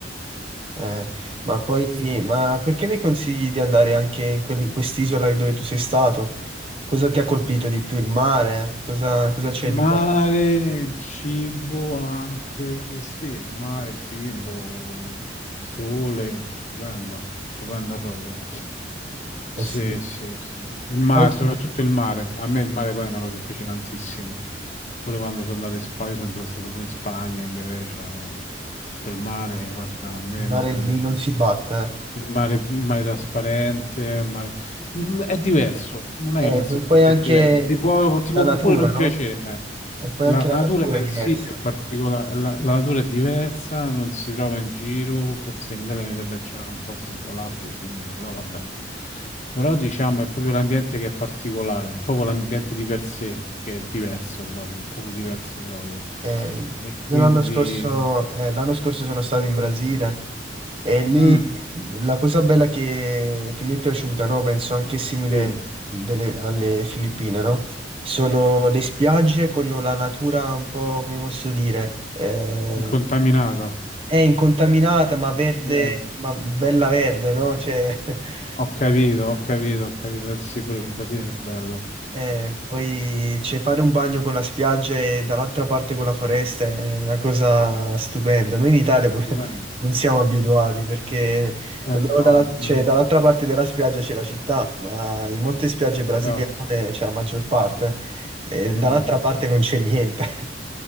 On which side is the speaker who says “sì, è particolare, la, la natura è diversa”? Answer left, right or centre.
Left